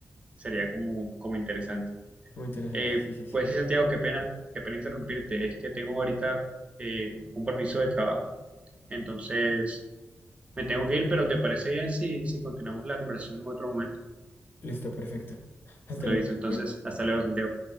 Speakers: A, on the right; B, on the left.
A: sería como, como interesante.
B: Como interesante.
A: Eh,
B: Sí, sí, sí.
A: pues sí, Santiago, qué pena, qué pena interrumpirte. Es que tengo ahorita eh, un compromiso de trabajo, entonces me tengo que ir, pero ¿te parece bien si, si continuamos la conversación en otro momento?
B: Listo, perfecto. <laughs> Hasta
A: Me lo
B: luego.
A: dice entonces, hasta luego, Santiago.